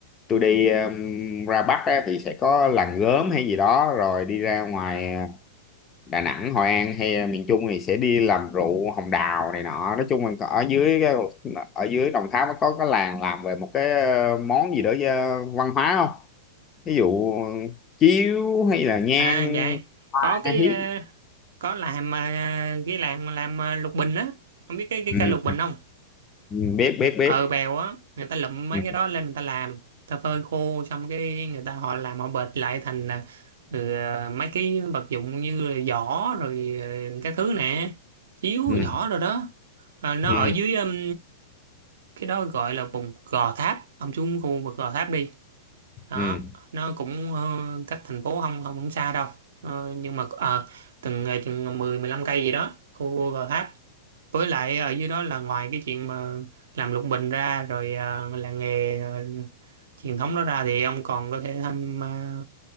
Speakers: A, on the left; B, on the right.
A: tôi đi ừm, ra Bắc á, thì sẽ có làng gốm hay gì đó rồi đi ra ngoài ờ, Đà Nẵng Hội An hay miền Trung thì sẽ đi làm rượu hồng đào này nọ nói chung là ở dưới cái- ở dưới Đồng Tháp nó có cái làng làm về một cái ờ, món gì đó ờ, văn hóa không ví dụ ờ, chiếu hay là nhang
B: à dạ
A: ta
B: có cái
A: hiếp
B: ờ, có làm ờ, cái làm làm ờ, lục bình á không biết cái cái
A: ừ,
B: cây lục bình không
A: ừ, biết biết biết
B: ờ bèo á người ta lụm mấy
A: ừ.
B: cái đó lên người ta làm người ta phơi khô xong cái người ta họ làm họ bệt lại thành à, ừ, à, mấy cái vật dụng như là giỏ rồi ờ, cái thứ nè chiếu
A: ừ.
B: giỏ rồi đó à, nó
A: ừ
B: ở dưới um, cái đó gọi là vùng Gò Tháp ông xuống khu vực Gò Tháp đi đó
A: ừ
B: nó cũng ờ, cách thành phố không không không xa đâu Ờ, nhưng mà ờ, từng ờ, chừng 10 15 cây gì đó khu Gò Tháp với lại ở dưới đó là ngoài cái chuyện mà làm lục bình ra rồi à, làng nghề à, truyền thống đó ra thì ông còn có thể tham à,